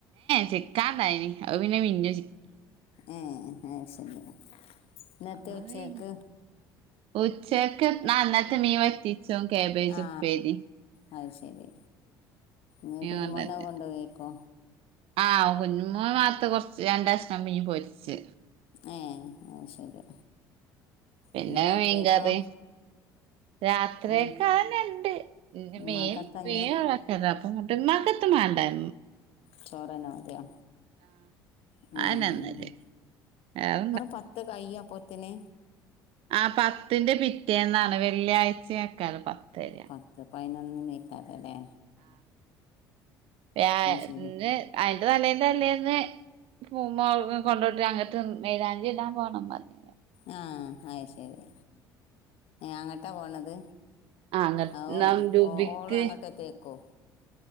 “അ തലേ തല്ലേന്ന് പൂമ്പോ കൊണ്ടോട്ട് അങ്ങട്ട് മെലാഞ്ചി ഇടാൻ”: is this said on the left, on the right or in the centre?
Right